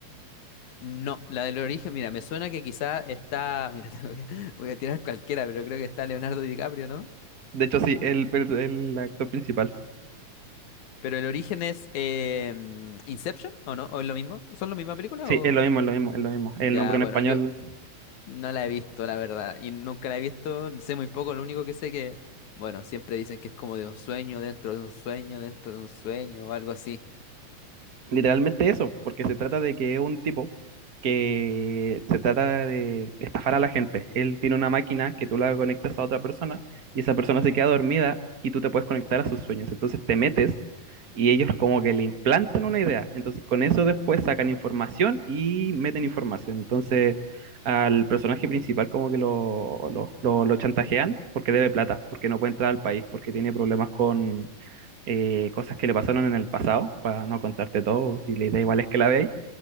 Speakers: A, on the left (about 65°); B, on the right (about 45°).
A: No, la del origen, mira, me suena que quizá está, mira, <laughs> te voy a, voy a tirar cualquiera, pero creo que está Leonardo DiCaprio, ¿no?
B: De hecho, sí, el, per- el actor principal.
A: Pero el origen es eh, Inception, ¿o no? ¿O es lo mismo? ¿Son la misma película
B: Sí,
A: o...?
B: es lo mismo, es lo mismo, es lo mismo. El
A: Ya,
B: nombre en
A: bueno,
B: español,
A: yo, No la he visto, la verdad, y nunca la he visto, sé muy poco, lo único que sé que, bueno, siempre dicen que es como de un sueño, dentro de un sueño, dentro de un sueño, o algo así.
B: literalmente eso, porque se trata de que es un tipo que se trata de estafar a la gente. Él tiene una máquina que tú la conectas a otra persona y esa persona se queda dormida y tú te puedes conectar a sus sueños. Entonces te metes y ellos como que le implantan una idea. Entonces con eso después sacan información y meten información. Entonces al personaje principal como que lo, lo, lo, lo chantajean porque debe plata, porque no puede entrar al país, porque tiene problemas con eh, cosas que le pasaron en el pasado, para no contarte todo, si la idea igual es que la veáis,